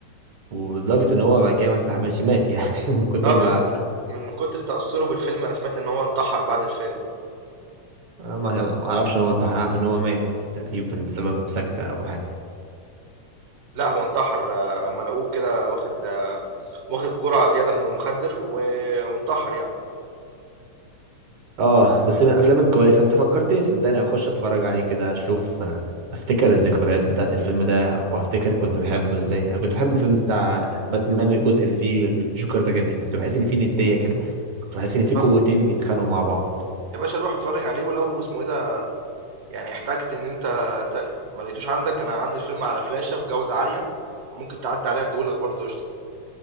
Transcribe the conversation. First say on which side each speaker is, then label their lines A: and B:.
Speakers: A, on the right; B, on the right.
A: ولدرجه ان هو بعد كده ما استحملش مات يعني <laughs> من كتر
B: آه،
A: ما
B: من من من كتر تأثّره بالفيلم أنا سمعت إن هو انتحر بعد الفيلم.
A: ما ما اعرفش ان هو انتحر عارف ان هو مات تقريبا بسبب سكتة او حاجة
B: لأ هو انتحر، هُم لقوه كده واخد آه، واخد جرعة زيادة من المخدر و وانتحر يعني.
A: اه بس من الافلام الكويسة انت فكرتني صدقني هخش اتفرج عليه كده اشوف آه، هفتكر الذكريات بتاعت الفيلم ده وهفتكر كنت بحبه ازاي انا كنت بحب الفيلم بتاع باتمان الجزء اللي فيه جوكر ده جدا كنت بحس ان فيه ندية كده كنت بحس ان فيه
B: طب
A: قوتين بيتخانقوا مع بعض
B: يا باشا روح اتفرّج عليه ولو اسمه إيه ده، يعني احتجت إن أنت ت ما لقيتوش عندك، أنا عندي الفيلم على فلاشة بجودة عالية، ممكن تعدّي عليّا ادّيه لك برضه قشطة.